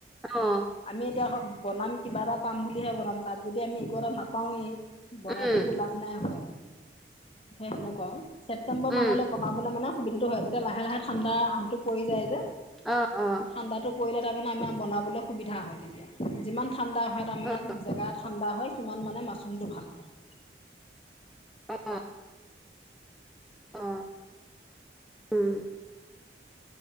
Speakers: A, in the centre; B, on the left.
A: অ।
B: আমি এতিয়া বনাম কিবা এটা পাম বুলিহে বনাম, তাত যদি আমি একো এটা নাপাওঁয়ে বনাইতো
A: উম,
B: একো লাভ নাই হয়, সেই সেনেকুৱা আও। ছেপটেম্বৰ
A: উম,
B: মানলৈ বনাবলৈ মানে সুবিধাটো হয়। তেতিয়া লাহে লাহে ঠাণ্ডা আঁহটো পৰি যায় যে।
A: অ', অ',
B: ঠাণ্ডাটো পৰিলে তাৰমানে আমাৰ বনাবলৈ সুবিধা হয় তেতিয়া। যিমান ঠাণ্ডা হয় তাৰ
A: অ',
B: মানে জেগা ঠাণ্ডা হয় সিমান মানে মাছৰুমটো ভাল হয়।
A: অ, অ। অ উম।